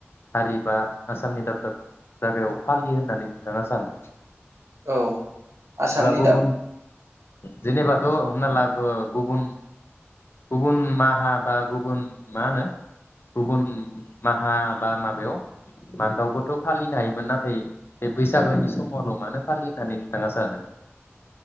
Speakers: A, on the left; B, on the right.
A: हारि बा आसामनि दाब दाब जागायाव फालि होननानै नोंथाङा सानो
B: औ आसामनि
A: गुबुन
B: दा
A: जेनेबा' हमना ला गुबुन गुबुन माहा बा गुबुन मा होनो गुबुन माहा बा माबायाव मान्थावबोथ फालियो हायोमोन नाथाय बे बैसागोनि समावल मानो फालियो होननानै नोंथाङा सानो